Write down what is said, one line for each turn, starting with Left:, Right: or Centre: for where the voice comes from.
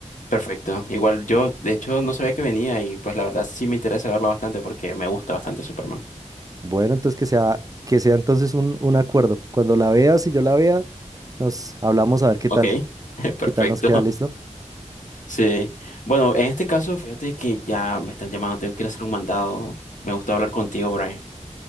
Left: perfecto. Igual yo, de hecho, no sabía que venía y pues la verdad sí me interesa verlo bastante porque me gusta bastante Superman.
Right: Bueno, entonces que sea, que sea entonces un, un acuerdo. Cuando la veas y yo la vea, nos hablamos a ver qué
Left: Ok,
Right: tal,
Left: <laughs> perfecto,
Right: qué tal nos queda, ¿listo?
Left: sí. Bueno, en este caso, fíjate que ya me están llamando, tengo que ir a hacer un mandado. Me gustó hablar contigo, Brian.